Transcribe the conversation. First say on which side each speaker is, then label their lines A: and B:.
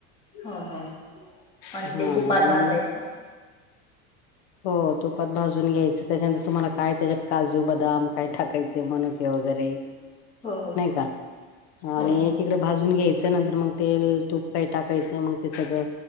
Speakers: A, on the left (about 15°); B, on the left (about 70°).
A: ह ह आणि
B: हा
A: ते तुपात
B: आणि
A: भाजयचं.
B: मग हो तुपात भाजून घ्यायचं त्याच्यानंतर तुम्हाला काय त्याच्यात काजू बदाम काय टाकायचे मनुके वगै वगैरे
A: हो हो
B: नाही का
A: हो
B: आणि एकीकडे भाजून घ्यायचं. त्यानंतर मग तेल तूप काही टाकायच मग ते सगळं